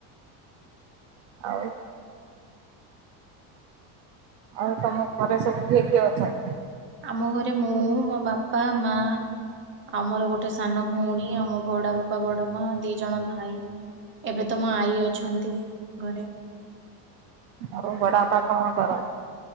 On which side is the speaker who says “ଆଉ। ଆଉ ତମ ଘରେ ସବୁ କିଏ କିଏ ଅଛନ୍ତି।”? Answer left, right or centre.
Right